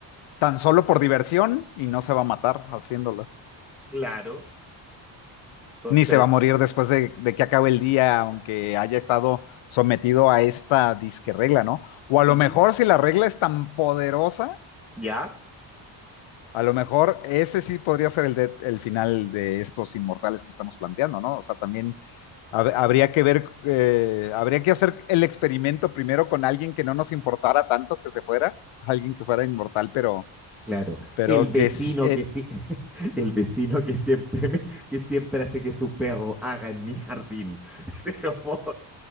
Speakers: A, on the left; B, in the centre.
A: tan solo por diversión y no se va a matar haciéndolas.
B: Claro. Entonces,
A: ni se va a morir después de, de que acabe el día, aunque haya estado sometido a esta disque regla, ¿no? O a
B: ujú,
A: lo mejor si la regla es tan poderosa,
B: ¿ya?
A: a lo mejor ese sí podría ser el, de- el final de estos inmortales que estamos planteando, ¿no? O sea, también hab- habría que ver, eh, habría que hacer el experimento primero con alguien que no nos importara tanto que se fuera, alguien que fuera inmortal, pero,
B: Claro,
A: pero
B: el vecino
A: que eh,
B: que sí, <laughs> el vecino que siempre me- que siempre hace que su perro haga en mi jardín. <laughs> Así como,